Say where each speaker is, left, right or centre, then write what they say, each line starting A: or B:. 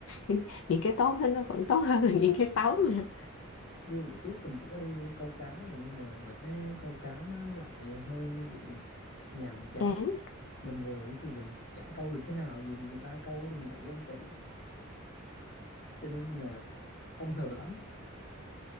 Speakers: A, on the left; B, on the left.
A: <laughs> những cái tốt đó nó vẫn tốt hơn là những cái xấu mà
B: như bữa trước mình cũng có đi câu cá này nhưng mà mình thấy câu cá nó lại hơi bị nhàm chán
A: đáng
B: mình ngồi thì mình chả câu được cái nào nhìn người ta câu thì mình lại ghen tị cho nên là không hợp lắm